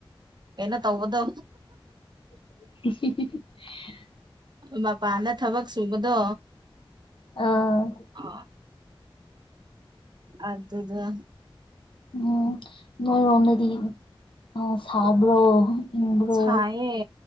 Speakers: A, on the right; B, on the left.
A: ꯀꯩꯅꯣ ꯇꯧꯕꯗꯣ
B: <unintelligible>
A: ꯃꯄꯥꯅ ꯊꯕꯛ ꯁꯨꯕꯗꯣ
B: ꯑꯥ
A: ꯑ ꯑꯗꯗ
B: ꯎꯝ ꯅꯣꯏꯔꯣꯝꯗꯗꯤ ꯑ ꯁꯥꯕ꯭ꯔꯣ ꯏꯪꯕ꯭ꯔꯣ
A: ꯁꯥꯏꯌꯦ